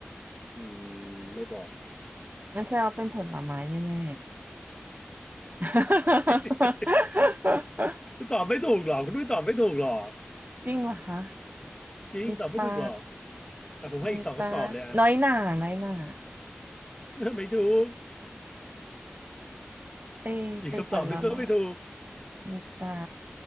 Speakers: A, on the left; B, on the right.
A: อืมไม่บอก
B: งั้นแสดงว่าเป็นผลไม้แน่ๆ <laughs>
A: <laughs> ตอบไม่ถูกหรอกคุณด้วยตอบไม่ถูกหรอก
B: จริงเหรอคะ
A: จริงตอบไม่ถูกหรอก
B: มีตา
A: อ่ะผมให้อีกสองคำตอบเลยอ่ะ
B: มีตา น้อยหน่า น้อยหน่า
A: <laughs> ไม่ถูก
B: เอะเป็นผลไม้
A: อีกคำตอบหนึ่งก็ไม่ถูก
B: มีตา